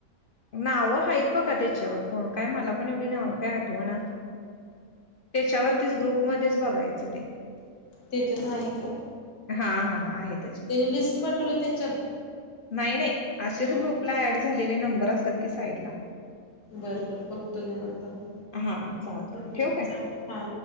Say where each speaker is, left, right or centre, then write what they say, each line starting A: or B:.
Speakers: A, on the left; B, on the left.
A: नावं आहेत बघा त्याच्यावर कोण काय मला पण एवढी नावं काय आठवत आठवण त्याच्यावरतीच ग्रुप मध्ये बघायचं ते
B: त्याच्यात आहे का
A: हा. हा. आहे त्याच्यामध्ये.
B: त्यानी लिस्ट पाठवलं त्याच्यात
A: नाही. नाही. असेच
B: म
A: ग्रुपला ऍड झालेले नंबर असतात की साईडला.
B: बरं बर बघतो घ्या नंतर म
A: हा चालतंय
B: थोड हा.
A: ठेवू काय?
B: हा.